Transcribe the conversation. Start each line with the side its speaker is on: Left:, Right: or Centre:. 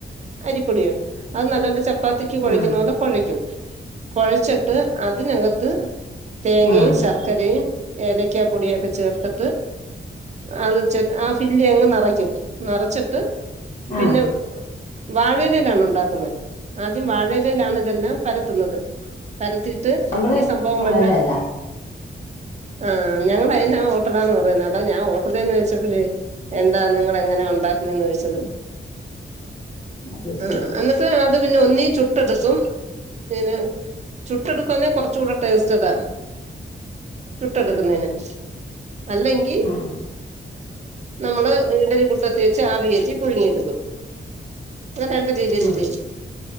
Right: അരിപ്പൊടിയോ അത് നല്ലോലെ ചപ്പാത്തിക്ക് കുഴയ്ക്കുന്ന
Left: ആ
Right: പോലെ കുഴക്കും കുഴച്ചിട്ട് അതിനകത്ത് തേങ്ങയും
Left: ആ
Right: ശർക്ക ക്കരയും ഏലക്കാ പൊടി ഒക്കെ ചേർത്ത്ട്ട് അത് ചെ ആ ഫില്ലി അങ്ങ് നറയ്ക്കും നറച്ചിട്ട്
Left: ആ
Right: പിന്നെ വാഴലെലാണോ ഉണ്ടാക്കുന്ന ആദ്യം വാഴയിലെലാണ് ഇതെല്ലാം പര ത്തുന്നത് പരത്തിയിട്ട്
Left: നമ്മള്
Right: ഈ സംഭവങ്ങളെല്ലാം
Left: വാഴലല്ല
Right: ആ ഞങ്ങൾ അഴിനാ ഓട്ടടാ എന്ന് പറയുന്നത് അതാ ഞാൻ ഓട്ടടെന്ന് <unintelligible> എന്താ നിങ്ങള് എങ്ങനെ ഉണ്ടാക്കുന്നെന്ന് ചോദിച്ചത്
Left: അത്
Right: ആ
Left: ശരി
Right: എന്നിട്ട് അത് പിന്നെ ഒന്നീ ചുട്ടെടുക്കും ഇന് ചുട്ട എടുക്കുവാന്നെ കുറച്ച് കൂടെ ടേസ്റ്റ് ഇതാ ചുട്ടെടുക്കുന്നതിന് അല്ലെങ്കി
Left: ആ
Right: നമ്മള് ഇഡ്ഡലി കുട്ടത്തി വെച്ച് ആവികേറ്റി പുഴുങ്ങിയെടുക്കും രണ്ട് രീതിയിലും
Left: ആ
Right: ചെയ്യും